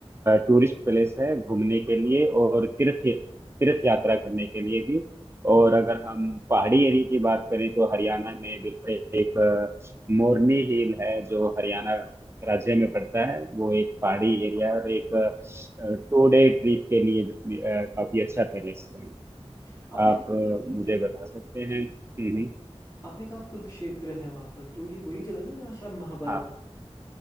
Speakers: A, on the right (about 25°); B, on the left (about 25°).
A: टूरिस्ट प्लेस है घूमने के लिए और तीर्थ तीर्थ यात्रा करने के लिए भी
B: हम्म,
A: और अगर हम पहाड़ी एरिया की बात करें तो हरियाणा में बिल्कुल एक अ, मोरनी हिल है जो हरियाणा राज्य में पड़ता है वो एक पहाड़ी एरिया और एक टू डे ट्रिप के लिए भी, अ, काफी अच्छा पैलेस है
B: हम्म। आपने
A: आप
B: कुरुक्षेत्र
A: अ, मुझे
B: के
A: बता सकते हैं हम्म,
B: अ, आपने कहा कुरुक्षेत्र है वहां पर तो ये वही जगह है ना जहाँ शायद महाभारत
A: हाँ